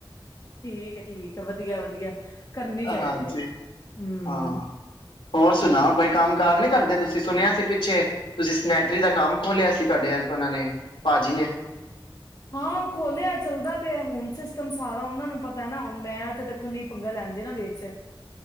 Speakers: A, on the left; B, on the left.
A: ਠੀਕ ਏ ਠੀਕ ਏ ਵਧੀਆ ਵਧੀਆ। ਕਰਨੀ ਚਾਹੀਦੀ
B: ਹਾਂਜੀ
A: ਹੈ ਹਮ।
B: ਹਾਂ ਹੋਰ ਸੁਣਾ ਕੋਈ ਕੰਮ ਕਾਰ ਨੀ ਕਰਦੇ, ਤੁਸੀਂ ਸੁਣਿਆ ਸੀ ਪਿੱਛੇ ਤੁਸੀਂ ਸਨੈਟਰੀ ਦਾ ਕੰਮ ਖੋਲਿਆ ਸੀ, ਤੁਹਾਡੇ ਉਹ ਨੇ ਭਾਜੀ ਨੇ।
A: ਹਾਂ ਉਹ ਖੋਲਿਆ ਚੱਲਦਾ ਪਿਆ ਹੁਣ ਸਿਸਟਮ ਸਾਰਾ ਉਹਨਾਂ ਨੂੰ ਪਤਾ ਨਾ ਹੁਣ ਮੈਂ ਤੇ ਦੇਖੋ ਨਹੀਂ ਪੰਗਾ ਲੈਂਦੀ ਨਾ ਵੇਚ।